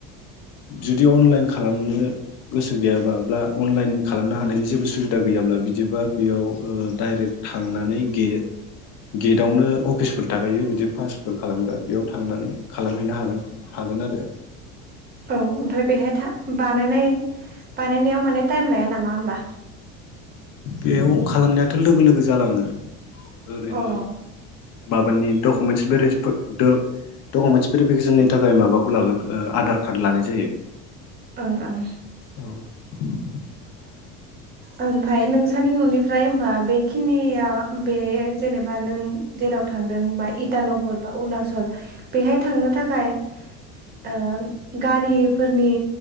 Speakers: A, on the left; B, on the right.
A: जुदि अनलाइन खालामनो गोसो गैयाबा ब्ला अनलाइन खालामनो हानायनि जेबो सुबिदा गैयाब्ला बिदिबा बेयाव डाइरेक्ट थांनानै गे-गेटआवनो अफिसफोर थाखायो बिदि पासफोर खालामग्रा बेयाव थांनानै खालामहैनो हागोन हागोनआरो
B: औ ओमफ्राय बेहाय था बानाय बानायनायाव माने टाइम लाया नामा होमबा?
A: बेयाव खालामनाया लोगो लोगो जालाङो ओरैनो
B: अ ओं
A: माबानि डकुमेन्टस भेर <unintelligible> द दकमेन्टन्स भेरिफिकेसननि थाखाय माबाखौ लागोन ओ आधार कार्ड लानाय जायो
B: ओं ओं
A: औ
B: ओमफ्राय नोंसोरनि न'निफ्राय होनबा बेखिनिया बे जेनेबा नों जेराव थांदों बा इटानगर बा अरुणाचल बेहाय थांनो थाखाय ओ गारिफोरनि